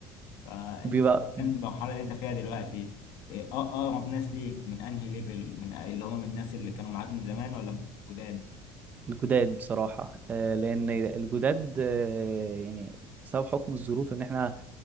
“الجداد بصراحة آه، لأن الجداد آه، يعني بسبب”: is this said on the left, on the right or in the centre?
Right